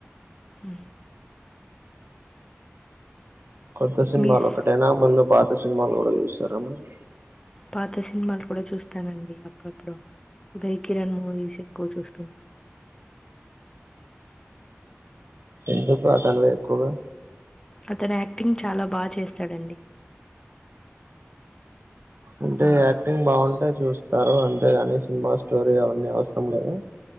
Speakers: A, on the left (about 15°); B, on the right (about 55°).
A: ఉ
B: కొత్త సినిమాలు
A: మీ స్-
B: ఒకటేనా ముందు పాత్ త్త సినిమాలు కూడా చూస్తారా మీరు
A: పాత సినిమాలు కూడా చూస్తానండి అప్పుడప్పుడు ఉదయ్ కిరణ్ మూవీస్ ఎక్కువ చూస్తు
B: ఎందుకు అతనివే ఎక్కువగా
A: అతను యాక్టింగ్ చాలా బా చేస్తాడండి
B: అంటే
A: ఉమ్,
B: యాక్టింగ్ బాగుంటే చూస్తారు అం అంతేగాని సినిమా స్టోరీ అవన్నీ ఏం అవసరం లేదా